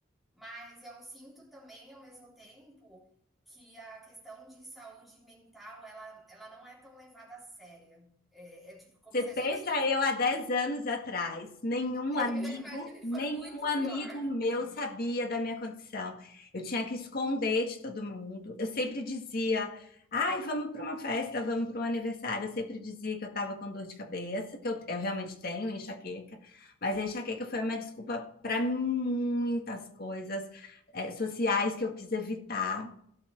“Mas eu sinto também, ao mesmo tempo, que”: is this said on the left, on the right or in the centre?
Centre